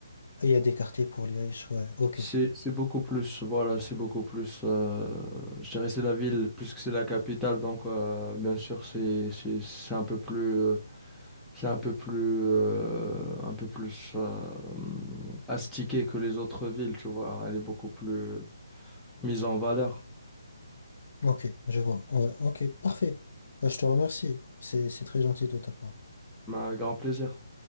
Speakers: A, on the left (about 60°); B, in the centre.
A: Et il y a des quartiers pour les riches, ouais. Ok,
B: C'est c'est beaucoup plus, voilà, c'est beaucoup plus, euh, je dirais c'est la ville plus que c'est la capitale, donc euh, bien sûr c'est c'est c'est un peu plus, euh, c'est un peu plus, euh, un peu plus euh, astiqué que les autres villes, tu vois, elle est beaucoup plus mise en valeur.
A: ok, je vois. Ouais, ok, parfait. Bah, je te remercie. C'est c'est très gentil de ta part.
B: Mais un grand plaisir.